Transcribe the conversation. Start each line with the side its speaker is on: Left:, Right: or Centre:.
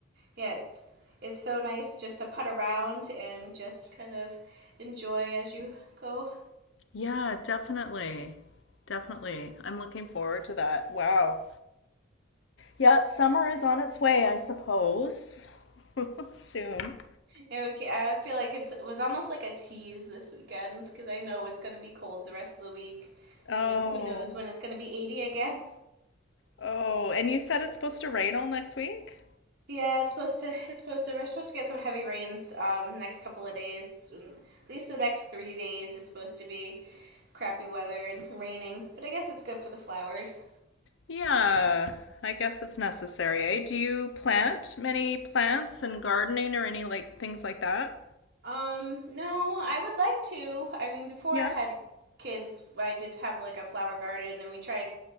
Right: Yeah, it- it's so nice just to putt around and just kind of enjoy as you go
Left: Yeah, definitely. Definitely. I'm looking forward to that. Wow. Yeah, summer is on its way, I suppose. <laughs> Soon.
Right: Yeah, we ca- I feel like it's, it was almost like a tease this weekend because I know it's going to be cold the rest of the week,
Left: Oh.
Right: and then who knows when it's going to be 80 again.
Left: Oh, and you said it's supposed to rain all next week?
Right: Yeah, it's supposed to. It's supposed to. We're supposed to get some heavy rains um, next couple of days, and at least the next three days. It's supposed to be crappy weather and raining, but I guess it's good for the flowers.
Left: Yeah, I guess it's necessary, eh? Do you plant many plants and gardening or any like things like that?
Right: Um, no, I would like to. I mean, before
Left: Yeah.
Right: I had kids, I did have like a flower garden and we tried